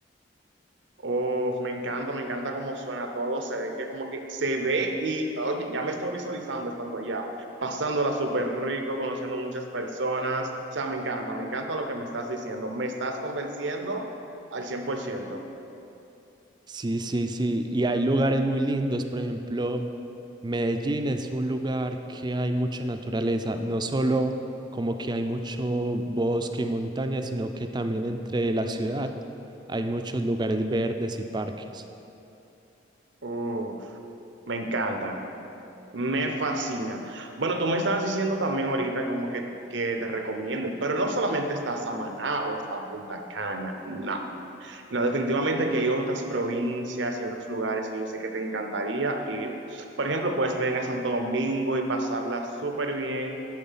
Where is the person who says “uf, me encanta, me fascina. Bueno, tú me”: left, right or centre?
Right